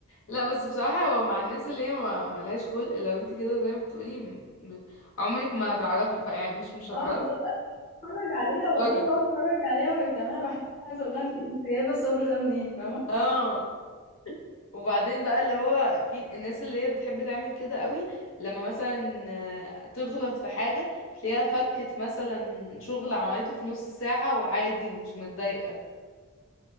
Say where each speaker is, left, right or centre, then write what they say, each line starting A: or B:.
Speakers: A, on the left; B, on the left.
A: لا بس بصراحة هو مع الناس اللي هي ما ملهاش خلق لو انت كده زي ما بتقولي م- م- عمرك ما هتعرفي ف- يعني مش مش هتعرفي
B: اه بالظبط انا بتفرج عليها
A: تختاري
B: والله بقعد اتفرج عليها وهي بتعملها بحس ان انا عايزه اقول لها انت انت جايبه الصبر ده منين فاهمه
A: اه وبعدين بقى اللي هو في الناس اللي هي بتحب تعمل كده قوي لما مثلا آه، تغلط في حاجة تلاقيها فكت مثلا شغل عملته في نص ساعة وعادي ومش متضايقة